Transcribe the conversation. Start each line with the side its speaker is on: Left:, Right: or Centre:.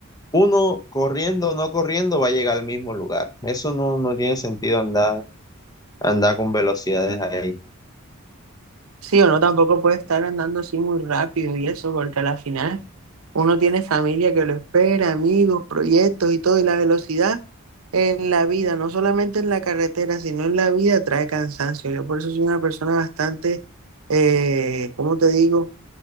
Left: uno corriendo o no corriendo va a llegar al mismo lugar. Eso no, no tiene sentido andar, andar con velocidades ahí.
Right: Sí, uno tampoco puede estar andando así muy rápido y eso, porque a la final uno tiene familia que lo espera, amigos, proyectos y todo, y la velocidad en la vida, no solamente en la carretera, sino en la vida trae cansancio. Yo por eso soy una persona bastante, eh, ¿cómo te digo?